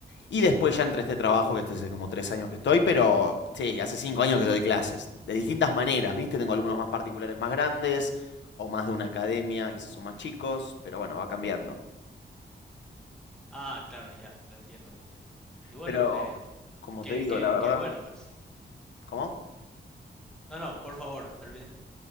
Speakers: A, on the left (about 85°); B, in the centre.
A: Y después ya entré a este trabajo, que este hace como tres años que estoy, pero sí, hace cinco años que doy clases. De distintas maneras, ¿viste? Tengo alumnos más particulares más grandes, o más de una academia, quizás son más chicos, pero bueno, va cambiando.
B: Ah, claro, ya, lo entiendo, lo entiendo. Y bueno,
A: Pero,
B: em,
A: como
B: qué,
A: te digo,
B: qué,
A: la verdad,
B: qué bueno.
A: ¿cómo?
B: No, no, por favor, termina.